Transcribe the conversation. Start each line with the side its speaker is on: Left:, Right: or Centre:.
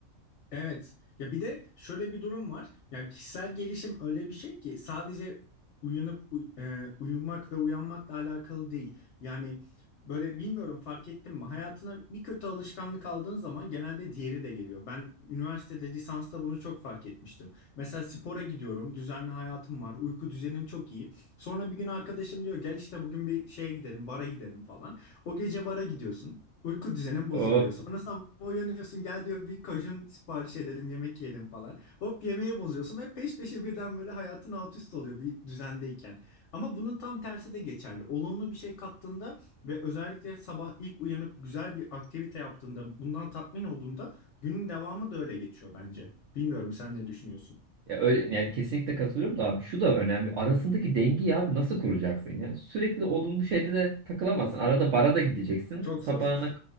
Left: Evet. Ya bir de şöyle bir durum var. Yani kişisel gelişim öyle bir şey ki sadece uyanıp uy- e, uyumak ve uyanmakla alakalı değil. Yani böyle bilmiyorum fark ettin mi? Hayatına bir kötü alışkanlık aldığın zaman genelde diğeri de geliyor. Ben üniversitede lisansta bunu çok fark etmiştim. Mesela spora gidiyorum, düzenli hayatım var, uyku düzenim çok iyi. Sonra bir gün arkadaşım diyor gel işte bugün bir şeye gidelim, bara gidelim falan. O gece bara gidiyorsun. Uyku düzenin bozuluyor.
Right: O
Left: Sonra sabah uyanıyorsun gel diyor bir kajun sipariş edelim yemek yiyelim falan. Hop yemeği bozuyorsun ve peş peşe birden böyle hayatın alt üst oluyor bir düzendeyken. Ama bunun tam tersi de geçerli. Olumlu bir şey kattığında ve özellikle sabah ilk uyanıp güzel bir aktivite yaptığında bundan tatmin olduğunda günün devamı da öyle geçiyor bence. Bilmiyorum sen ne düşünüyorsun?
Right: Ya öyle yani kesinlikle katılıyorum da abi şu da önemli. Arasındaki dengeyi abi nasıl kuracaksın ya? Sürekli olumlu şeyde de takılamazsın. Arada bara da gideceksin.
Left: Çok zor.
Right: Sabahına